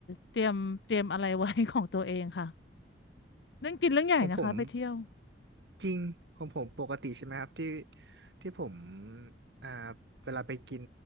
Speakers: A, on the left (about 75°); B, on the right (about 80°).
A: เตรียมเตรียมอะไรไว้ <laughs> ของตัวเองค่ะ เรื่องกินเรื่องใหญ่นะคะไปเที่ยว
B: ของผมจริงของผมปกติใช่ไหมครับที่ที่ผมอ่าเวลาไปกิน